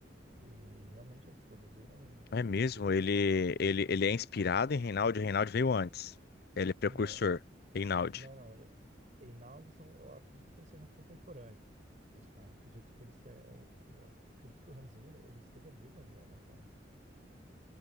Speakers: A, on the right; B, on the left.
A: e realmente eles produziram
B: É mesmo?
A: trilha sonora.
B: Ele, ele, ele é inspirado em Reinaldo. Reinaldo veio antes. Ele é precursor.
A: Não, e-
B: Reinaldo.
A: não, não. ele- Einaudi são, eu acredito que eles sejam contemporâneos, cara. Eu Acredito que eles tenham, o- acredito que o Hans Zimmer ele esteja vivo ainda, né, cara?